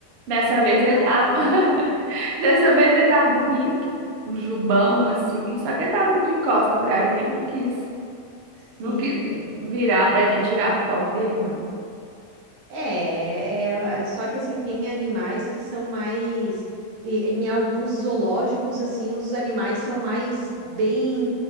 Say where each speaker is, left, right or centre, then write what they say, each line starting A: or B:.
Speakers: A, on the right; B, on the right.
A: Dessa vez
B: <laughs>
A: ele tá. <laughs> Dessa vez ele tava bonito. Um jubão assim. Só que ele tava de costa pra gente. Não quis, não
B: Sim.
A: quis virar pra gente tirar foto dele, não.
B: É, é, é, só que assim, tem animais que são mais. e- Em alguns zoológicos, assim, os animais são mais bem,